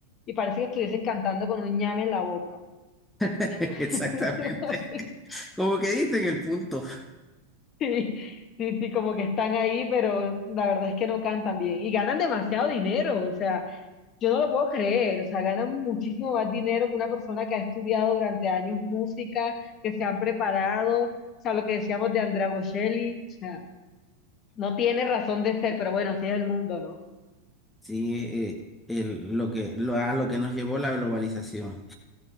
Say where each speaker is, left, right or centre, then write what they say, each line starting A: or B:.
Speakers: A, on the left; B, in the centre.
A: y parece que estuviesen cantando con un ñame en la boca.
B: <laughs>
A: <laughs>
B: Exactamente. Como que diste en el punto.
A: Sí, sí, sí, como que están ahí, pero la verdad es que no cantan bien. Y ganan demasiado dinero, o sea, yo no lo puedo creer, o sea, ganan muchísimo más dinero que una persona que ha estudiado durante años música, que se han preparado, o sea, lo que decíamos de Andrea Bocelli, o sea, no tiene razón de ser, pero bueno, así es el mundo, ¿no?
B: Sí, eh, el- lo que, lo, a lo que nos llevó la globalización